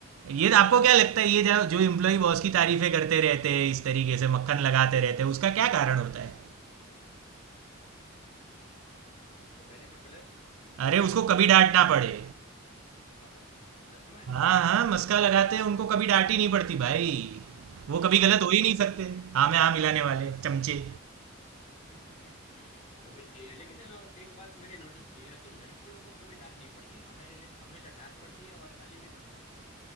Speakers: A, on the left; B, on the right.
A: हाँ
B: ये आपको क्या लगता है ये जो जो एम्प्लॉय बॉस की तारीफें करते रहते हैं इस तरीके से मक्खन
A: हाँ
B: लगाते रहते हैं उसका क्या कारण होता है
A: उसको बेनिफिट मिले
B: अरे उसको कभी डांट ना पड़े
A: क्या बात कर रहे हो सच में
B: हाँ हाँ मस्का लगाते हैं उनको कभी डांट ही नहीं पड़ती भाई वो कभी
A: लेकिन
B: गलत
A: हमारे
B: हो ही
A: यहाँ
B: नहीं सकते हाँ में हाँ मिलाने
A: <laughs> हाँ,
B: वाले चमचे
A: अच्छा। वो भी सही है लेकिन अ, एक बात मैंने नोटिस की है कि लड़कियों को कभी डांट नहीं पड़ती हमें हमेशा डांट पड़ती है और गाली भी पड़ती है